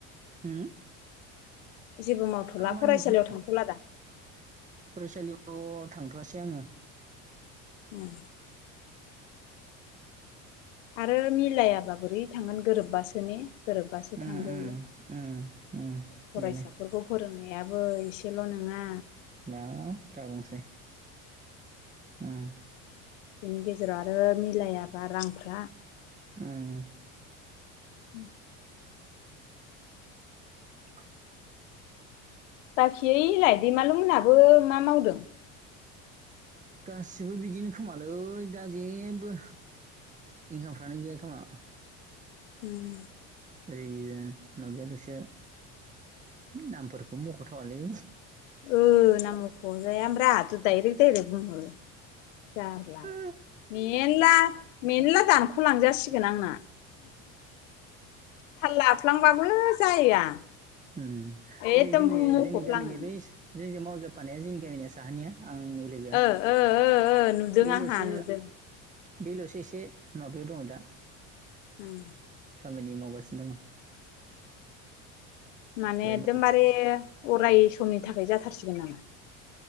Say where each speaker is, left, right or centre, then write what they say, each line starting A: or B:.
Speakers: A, on the right; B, on the left.
A: हम
B: जेबो मावथ'ला
A: खामानिफोर
B: फरायसालियाव थांथ'ला दा
A: फरायसालियाव। थ' थांथ'वासै आङो।
B: उम आरो मिलायाबा बोरै थांगोन गोरोबबासो ने? गोरोबबासो
A: उम
B: थांजायो
A: उम उम उम
B: फरायसाफोरखौ
A: बेनो
B: फोरोंनाय। याबो एसेल' नोङा।
A: माद दा बुंंसै। उम
B: बेनि गेजेराव आरो मिलायाबा रांफ्रा।
A: उम
B: उम।
A: <inaudible>
B: बाखि ओइलाय दैमालु मोनहाबो मा मावदों?
A: गासिबो बिदिनो खोमालै दा जेबो। इंकामफ्रानो गैयाखोमा।
B: उम
A: ओरै माबायल'सो नामफोरखौ मख'थावालै।
B: औ नाम मख जाया अमब्रा आहाथ' डाइरेक्ट-डाइरेक्ट बुंहरो। जारला
A: ओ
B: मेरला-मेरला दानख'लांजासिगोन आंना। थाल लाफ्लांबाबो जाया।
A: उम
B: एकदम
A: ओरै जोंनि-जोंनि
B: मख'फ्लाङो
A: गामिनि बै जोंजों मावजोबफानाया जोंनि गामिनिया साहानिया। आंनि लोगोआ
B: ओ ओ ओ नुदों
A: बेल'सो।
B: आंहा नुदों
A: बेलावसो एसे माबायाव दङ दा।
B: उम
A: खामानि मावगासिनो दं।
B: माने
A: दङ
B: एकदमबारे अराय। समनि थाखाय जाथारसिगोन नामा?